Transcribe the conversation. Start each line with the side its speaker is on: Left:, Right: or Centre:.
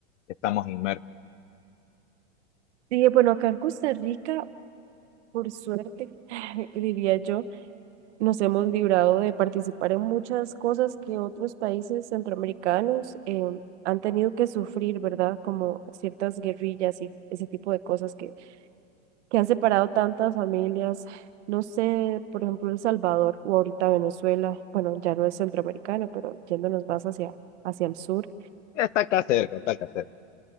Left: estamos inmersos.
Right: Dije, bueno, acá en Costa Rica, por suerte, <laughs> diría yo. Nos hemos librado de participar en muchas cosas que otros países centroamericanos eh, han tenido que sufrir, ¿verdad? Como ciertas guerrillas y ese tipo de cosas que, que han separado tantas familias. No sé, por ejemplo, El Salvador o ahorita Venezuela, bueno, ya no es centroamericano, pero yéndonos más hacia, hacia el sur.
Left: Está acá cerca, está acá cerca.